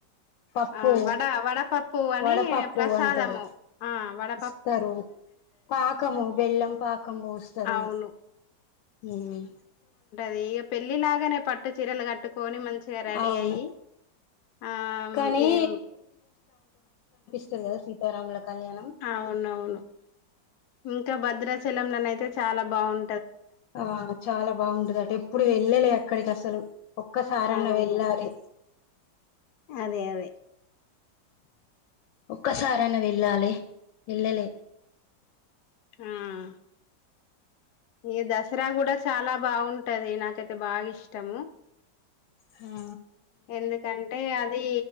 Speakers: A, on the left; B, on the left.
A: పప్పు
B: ఆ వడ వడపప్పు అని
A: వడపప్పు
B: ప్రసాదము
A: అంటారు
B: ఆ వడ
A: ఇస్తారు పాకము బెల్లం పాకం పోస్తరు
B: అవును
A: మ్మ్
B: దే ఇగ పెళ్ళి లాగానే పట్ పట్టు చీరలు కట్టుకొని మంచిగా రెడీ
A: అవును
B: అయ్య ఆ
A: కానీ
B: ఇది
A: స్తది కదా సీతారాముల కళ్యాణం
B: అవునవును మ్మ్ ఇంకా భద్రాచలంలోనయితే చాలా బాగుం
A: ఆ చాలా బాగుంటది అట ఎప్పుడు వెళ్ళలే అక్కడికి అసలు ఒక్కసారన్న
B: అవును
A: వెళ్ళాలి
B: అదే అదే
A: ఒక్కసారన్న వెళ్ళాలి వెళ్ళలే
B: ఆ ఈ దసరా కూడా చాలా బాగుంటాది నాకైతే బాగా ఇష్టము
A: హా
B: ఎందుకంటే అది